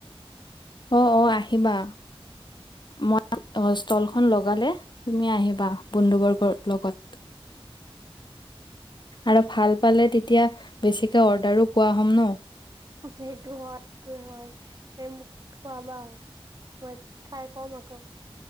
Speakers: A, on the left; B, on the right.
A: অ', অ', আহিবা। মই অ', ষ্টলখন লগালে তুমি আহিবা বন্ধু বৰ্গৰ লগত। আৰু ভাল পালে তেতিয়া বেছিকৈ অৰ্ডাৰো পোৱা হ'ম ন?
B: সেইটো হয়, সেইটো হয়, এই মোক খোৱাবা। মই খাই কম আকৌ।